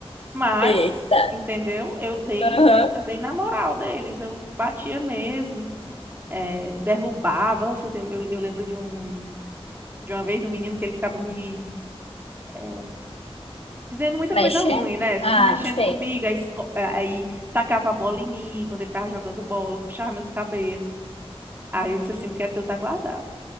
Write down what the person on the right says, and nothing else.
Mas,
entendeu? Eu dei,
eu dei na moral deles, eu batia mesmo. é, derrubava. Nossa, eu, tenho- eu- eu lembro de, um, de uma vez um menino que ele ficava me é, dizendo muita
coisa ruim, né? Ficava
mexendo
comigo, aí, esco- eh, aí tacava a bola em mim quando ele tava jogando bola, puxava meus cabelos. Aí eu disse assim: o que é teu tá guardado.